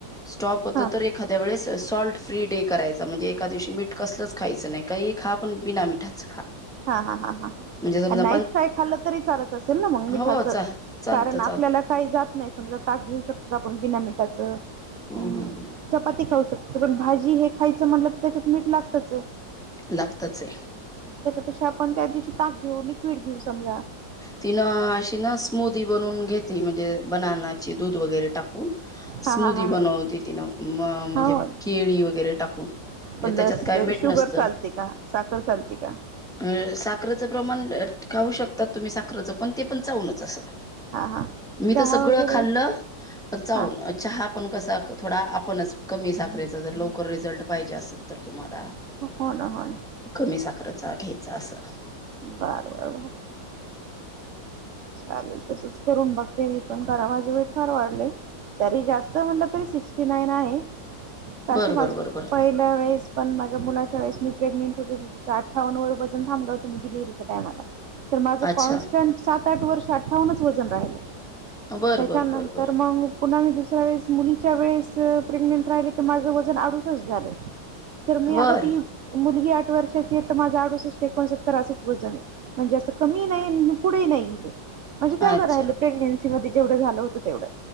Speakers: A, in the centre; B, on the right.
A: स्टॉप होत
B: हा
A: तर एखाद्या वेळेस सॉल्ट फ्री डे करायचं म्हणजे एखाद्या दिवशी मीठ कसलंच खायचं नाही काहीही खा पण बिना मिठाचं खा
B: हा-हा-हा ह
A: म्हणजे समजा
B: आणि नाहीच काय खाल्लं तरी चालत असेल ना मग मिठाच
A: हो, चा चालतं,
B: कारण
A: चालतं.
B: आपल्याला काही जात नाही समजा ताक घेऊ शकतो. पण बिना मठाचं
A: हं,
B: हम्म
A: हं, हं.
B: चपाती खाऊ शकतो तो पर्यंत भाजी हे खायचं म्हटलं तर त्याच्यात मीठ लागतच आहे
A: लागतंच आहे
B: कशी आपण त्या दिवशी ताक घेऊ लिक्विड घेऊ समजा
A: तिनं अशी ना स्मूदी बनून घेतेली म्हणजे बनानाची दूध वगैरे टाकू कून
B: हा
A: स्मूदी
B: हा हा
A: बनव तिनं म म्हंजे
B: हो
A: केळी वगैरे टाकून म
B: पण
A: त्यांच्यात काय मीठ
B: शुगर
A: नसंत अ
B: चालते का साखर चालते का
A: ह् साखरत चं प्रमाण ल खाऊ शकत‍ तुम्ही साखरच पण ते पण चाऊूनच असं,
B: हा हा
A: मी
B: चहा
A: तर सगळं
B: वगैरे
A: खाल्लं प चाऊून
B: हा
A: चहा आपण कसा थोडा आपणच कमी साखरेचा जर लवकर रिझल्ट पाहिजे असेल तर तुम्हाला <inaudible>
B: हो ना हो ना
A: कमी साखरचा घ्यायचा असं
B: बर बर बर चालेल तसंच करून बघते मी पण करा माझे वेट फार वाढलेय तरी जास्त म्हणलं तरी सिक्स्टी नाईन आहे कासं
A: बर
B: माझं
A: बर बर बर
B: पहिल्या्या वेळेस पण माझ्या मुलाच्या वेळेस मी प्रेग्नेंट होते त त्याचा अठ्ठावन्न वरपासून थांबलं होत मी डिलव्हीच्या टायमाला तर माझं
A: अच्छा
B: कॉन्स्टंट साफ साठ वर्ष अठ्ठावन्च वजन राहिलं
A: बर
B: त्याच्यानंतर
A: बर बर बर
B: मग पुन्हा मी दुसऱ्या वेळेस मुलीच्या वेळेस प्रेग्नेंट राहिले तर माझं वजन आडूसठ झालं तर मी
A: बर
B: आता ती मुलगी वर्षाची आहे तर माझं आडूसष्ट एकोणसत्तर असं वजन आहे. म्हणजे असं कमी ही नाही आणि पुढे ही नाही <unintelligible> म्हणजे
A: अच्छा
B: तेवढं राहिलं प्रेग्नेसी-‍- तेव्हा ते जेवढं झालं होतं तेवढं